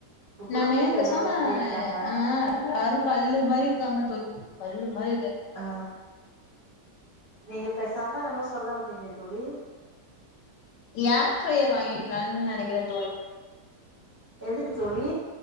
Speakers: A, on the right (about 25°); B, on the left (about 80°).
A: உங்க குடும்பத்துல
B: நானு பேசமா
A: எல்லாரு எப்படி இருக்காங்க
B: ஆ எல்லாரும் கல்லு மாரி இருக்காங்க தோழி கல்லு மாரி இருக்காங்க
A: ஆ நீங்க பேசாம என்னமோ சொல்ல வந்தீங்க தோழி
B: ஏர் ஃப்ரையர் வாங்கிகலான்னு நெனைக்கிறேன் தோழி
A: எதுக்கு தோழி